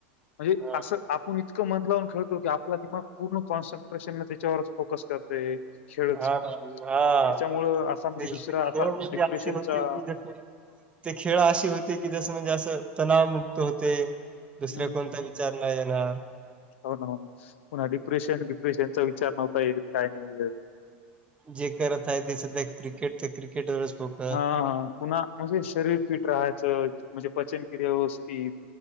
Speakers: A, on the left; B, on the right.
A: म्हणजे
B: हा
A: असं आपण इतकं मन लावून खेळतो की आपला दिमाग पूर्ण कॉन्सन्ट्रेशन न त्याच्यावर च फोकस करत ते. खेळच
B: हा ना, हा
A: त्याच्यामुळं असा म्हणजे
B: ते
A: दुसऱ्या
B: खेळ
A: आता
B: म्हणजे
A: डिप्रेशनचा.
B: असे होते की जसे ते खेळ अशी होते की जसं म्हणजे असं तणावमुक्त होते दुसऱ्या
A: हम्म
B: कोणताही. ज्यांना येणार.
A: हो ना हो ना पुन्हा डिप्रेशन डिप्रेशनचा विचार नव्हता येत काय नाही येत.
B: जे करतय ते सध्या क्रिकेट तर क्रिकेट वरच फोकस
A: हा हा पुन्हा म्हणजे शरीर फिट राहायचं म्हणजे पचन क्रिया व्यवस्थित.